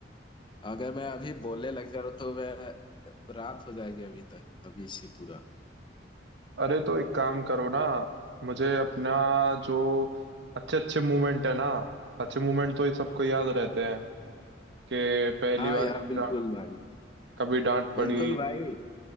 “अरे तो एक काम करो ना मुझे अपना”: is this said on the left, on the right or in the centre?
Right